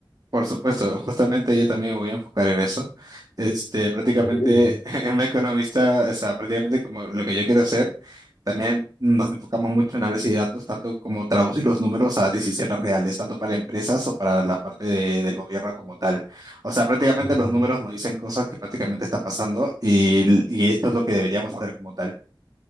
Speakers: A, on the right; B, on the left.
A: Por supuesto, justamente yo también me voy a enfocar en eso. Este, prácticamente
B: Increíble. ¿no?
A: <laughs> en un economista, o sea, prácticamente como lo que yo quiero hacer, también nos enfocamos mucho en análisis de datos, tanto como traducir los números a decisiones reales, tanto para empresas o para la parte de- del gobierno como tal. O sea, prácticamente
B: Ujú.
A: los números nos dicen cosas que prácticamente está pasando y, y esto es lo que deberíamos hacer como tal.